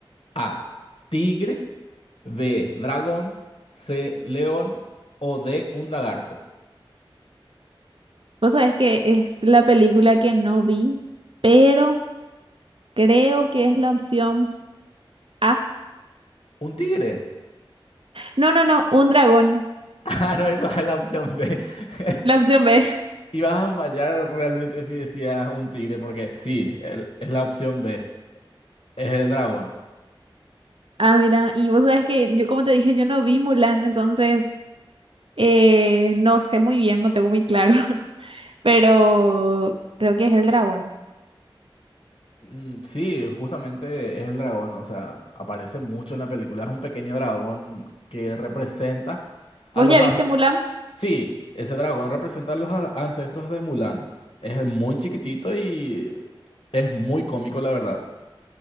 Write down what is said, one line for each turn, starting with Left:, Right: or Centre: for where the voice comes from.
Left: A, tigre, B, dragón, C, león o D, un lagarto.
Right: Vos sabés que es la película que no vi, pero creo que es la opción A.
Left: ¿Un tigre? <laughs>
Right: No, no, no, un dragón.
Left: Ah, no, esa es la opción B. <laughs>
Right: La opción B. <laughs>
Left: Y vas a fallar realmente si decías un tigre, porque sí, el- es la opción B, es el dragón.
Right: Ah, mira, y vos sabés que yo, como te dije, yo no vi Mulan, entonces. Eh, no sé muy bien, no tengo muy claro, <laughs> pero creo que es el dragón.
Left: Mm, Sí, justamente es el dragón, o sea, aparece mucho en la película, es un pequeño dragón que representa a
Right: ¿Vos
Left: los...
Right: ya
Left: a-
Right: viste Mulan?
Left: Sí, ese dragón representa a los a- ancestros de Mulan. Es muy chiquitito y es muy cómico, la verdad.